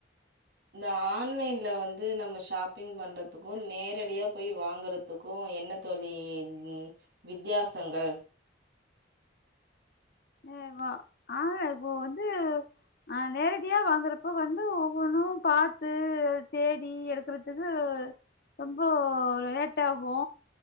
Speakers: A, on the right; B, on the left.
A: இந்த ஆன்லைன்ல வந்து நம்ம ஷாப்பிங் பண்டதுக்கு நேரடியா போயி வாங்கறத் துக்கு என்ன தோழி த்ன் வித்தியாசங்கள்?
B: அ வா ஆன்ல இப்போ வந்து அ நேரடியா வாங்குறப்போ வந்து ஒவ்வொன்னு பாத்து அத தேடி எடுக்கறதுக்கு ரொம்போ லு லேட்டாகு